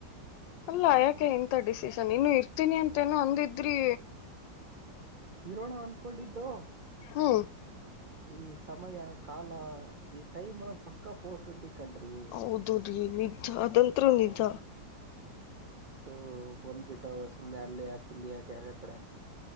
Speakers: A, on the left; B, on the right.
A: ಅಲ್ಲ ಯಾಕೆ ಇಂತ ಡಿಸಿಷನ್ ಇನ್ನು ಇರ್ತೀನಿ ಅಂತೇನೊ ಅಂದಿದ್ರಿ.
B: ಇರೋಣ ಅನ್ನಕೊಂಡಿದ್ದೋ.
A: ಹ್ಮ್
B: ಈ ಸಮಯ ಕಾಲ ಈ ಟೈಮ್ ಅನ್ನೋದ್ ಪಕ್ಕ ಫೋರ್ ಟ್ವೆಂಟಿ. ಕಂಡ್ರಿ
A: ಹೌದು ರೀ ನಿಜ ಅದಂತ್ರೂ ನಿಜ.
B: ಸೊ ಬಂದ್ಬಿಟ್ಟವ ಸುಮ್ನೆ ಅಲ್ಲೆ ಯಾಕ ಇಲ್ಲಿ ಯಾಕೆ ಎರಡೆರಡ ಕಡೆ ಅಂತ.